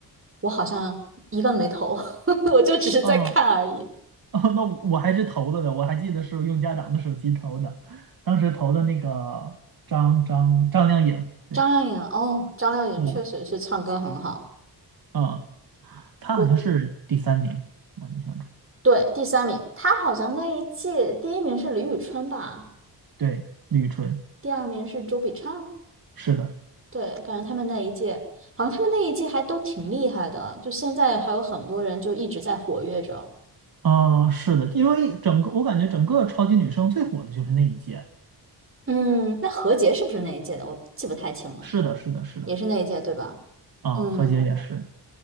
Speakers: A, on the right; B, on the right.
A: 我好像一个没投，<laughs> 我就只是在看而已。
B: 啊哦那我还是投了的，我还记得是用家长的手机投的，当时投的那个张张张靓颖，对，
A: 张靓颖，哦，张靓颖确实是唱歌很好，
B: 嗯嗯，她好像是第三名，
A: 我
B: 我印象中，
A: 对第三名，她好像那一届第一名是李宇春吧，
B: 对，吕纯，
A: 第二名是周笔畅。
B: 是的，
A: 对，感觉他们那一届，好像他们那一届还都挺厉害的，就现在还有很多人就一直在活跃着。
B: 啊，是的，因为整个我感觉整个超级女声最火的就是那一届，
A: 嗯，那何洁是不是那一届的？我记不太清了，
B: 是的，是的，是的，
A: 也是那一届，对吧？
B: 啊，
A: 嗯，
B: 何洁也是，